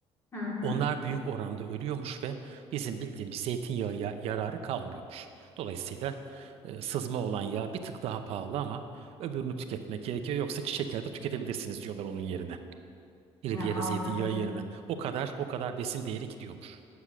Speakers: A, on the left; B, on the right.
A: Hı hı.
B: Onlar büyük oranda ölüyormuş ve bizim bildiğimiz zeytinyağı ya- yararı kalmıyormuş. Dolayısıyla e, sızma olan yağ bir tık daha pahalı ama öbürünü tüketmek gerekiyor. Yoksa çiçek yağı da tüketebilirsiniz diyorlar onun yerine. Riviera
A: Ya, anladım.
B: zeytinyağı yerine. O kadar o kadar besin değeri gidiyormuş.